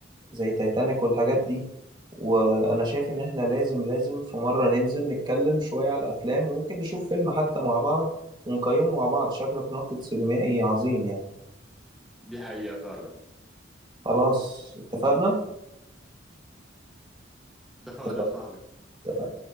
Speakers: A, on the right; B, in the centre.
A: زي تايتانيك والحاجات دي وانا شايف ان احنا لازم لازم في مرة ننزل نتكلم شوية على الافلام وممكن نشوف فيلم حتى مع بعض ونقيمه مع بعض شكلك ناقد سينمائي عظيم يعني
B: دي حقيقة فعلا
A: خلاص اتفقنا اتفقنا
B: اتفقنا يا صاحبي
A: اتفقنا.